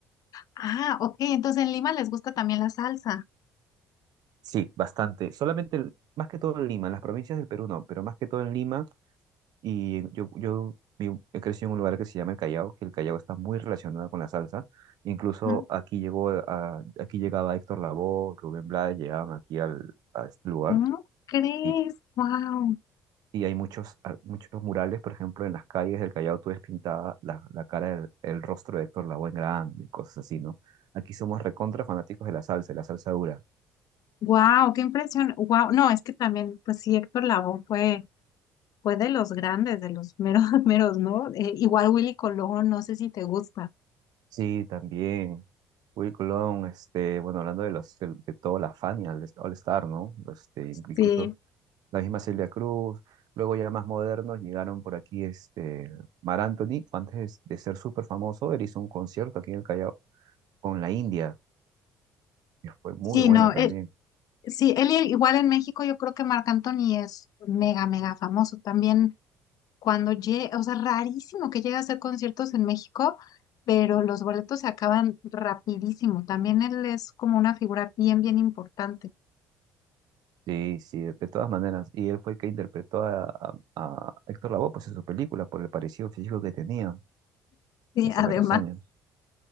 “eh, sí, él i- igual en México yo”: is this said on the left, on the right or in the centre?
Left